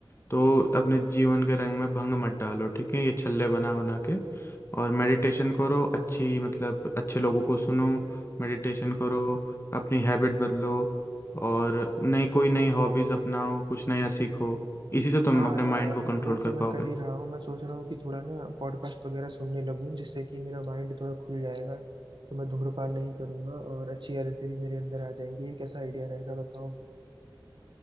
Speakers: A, on the left; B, on the right.
A: तो अपने जीवन के रंग में भंग मत डालो ठीक है ये छल्ले बना बना के और मेडिटेशन करो अच्छी मतलब अच्छे लोगों को सुनो मेडिटेशन करो अपनी हैबिट बदलो और नई कोई नई हॉबीज अपनाओ कुछ नया सीखो इसी से तुम
B: हाँ
A: अपने माइंड
B: यार
A: को कंट्रोल
B: वो
A: कर
B: तो मैं
A: पाओगे
B: कर ही रहा हूँ मैं सोच रहा हूँ कि थोड़ा ना पॉडकास्ट वगैरह सुनने लगूं जिससे कि मेरा माइंड थोड़ा खुल जाएगा तो मैं धूम्रपान नहीं करूंगा और अच्छी आदतें भी मेरे अंदर आ जाएंगी ये कैसा आइडिया रहेगा बताओ